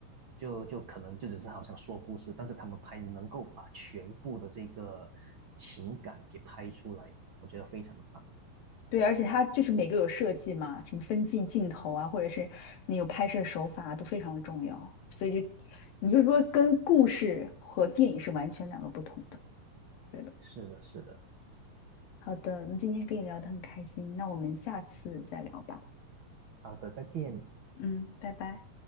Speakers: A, on the right; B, on the left.
A: 就就可能就只是好像说故事，但是他们拍能够把全部的这个情感给拍出来，我觉得非常的棒。
B: 对，而且它就是每个有设计嘛，什么分镜镜头啊，或者是你有拍摄手法都非常的重要，所以就你就说跟故事和电影是完全两个不同的，对的。
A: 是的，是的。
B: 好的，那今天跟你聊得很开心，那我们下次再聊吧。
A: 好的，再见。
B: 嗯，拜拜。